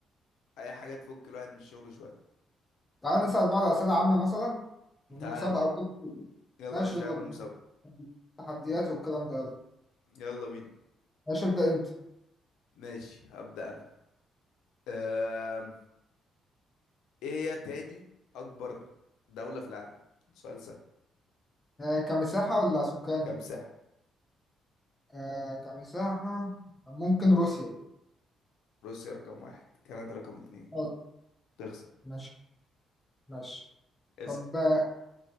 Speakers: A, on the left; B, on the left.
A: اي حاجه تفك الواحد من الشغل شويه
B: تعال نسأل بعض اسئله عامه مثلا مسابقه
A: تعالى
B: وكده
A: يلا
B: ماشي
A: يا باشا
B: يلا
A: هعمل
B: بينا
A: مسابقه
B: تحديات والكلام ده يلا
A: يلا بينا
B: ماشي ابدا انت
A: ماشي هبدأ انا آم، ايه هي تاني اكبر دوله في العالم سؤال سهل
B: آه كمساحه ولا سكان
A: كم ساحه
B: آه كمساحه ممكن روسيا
A: روسيا رقم واحد كندا رقم اتنين
B: اه
A: تخسر
B: ماشي ماشي
A: اسأل
B: طب آه،